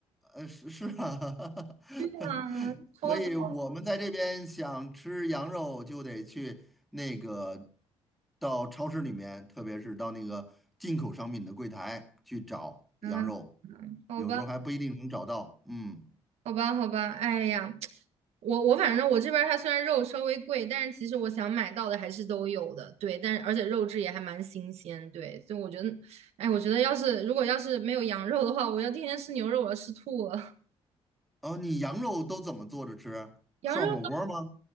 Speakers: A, in the centre; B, on the right.
A: 呃，是是啊，<laughs>
B: 对啊，超级好
A: 所以我们在这边想吃羊肉，就得去那个到超市里面，特别是到那个进口商品的柜台去找羊肉，
B: 吃啊。好吧，
A: 有时候还不一定能找到。嗯，
B: 好吧，好吧。哎呀，我我反正我这边儿它虽然肉稍微贵，但是其实我想买到的还是都有的。对，但是而且肉质也还蛮新鲜。对，所以我觉得，哎，我觉得要是如果要是没有羊肉的话，我要天天吃牛肉，我要吃吐了。<laughs>
A: 哦，你羊肉都怎么做着吃？
B: 羊肉。
A: 涮火锅吗？